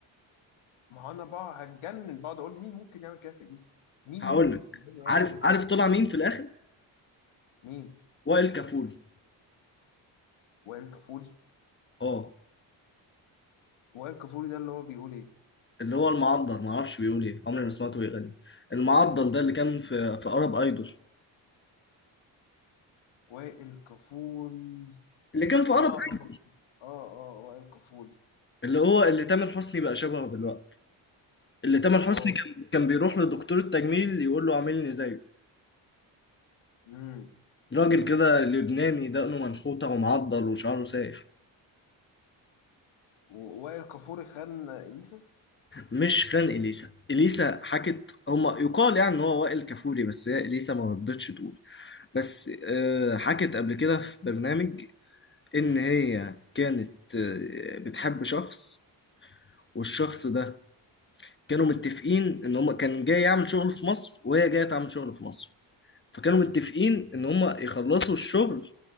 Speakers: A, on the left; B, on the left.
A: ما هو انا بقى هتجنن بقعد اقول مين ممكن يعمل كده في اليس مين
B: هقول
A: ممكن
B: لك
A: في الدنيا يعمل
B: عارف
A: كده في
B: عارف
A: اليس
B: طلع مين في الاخر
A: مين
B: وائل كفوري
A: وائل كفوري
B: اه
A: وائل كفوري ده اللي هو بيقول ايه
B: اللي هو المعضل ما اعرفش بيقول ايه عمري ما سمعته بيغني المعضل ده اللي كان في في ارب ايدول
A: وائل كفوري
B: اللي كان في ارب
A: اه
B: ايدول
A: اه اه اه وائل كفوري
B: اللي هو اللي تامر حسني بقى شبهه دلوقتي اللي تامر حسني
A: اه
B: كان كان بيروح لدكتور التجميل يقول له عاملني زيه
A: امم
B: راجل كده لبناني دقنه منحوته ومعضل وشعره سايح
A: ووائل كفوري خان اليسا
B: مش خان اليسا اليسا حكت هما يقال يعني ان هو وائل كفوري بس هي اليسا ما رضتش تقول بس آه، حكت قبل كده في برنامج ان هي كانت آه، بتحب شخص والشخص ده كانوا متفقين ان هما كان جاي يعمل شغل في مصر وهي جايه تعمل شغل في مصر فكانوا متفقين ان هما يخلصوا الشغل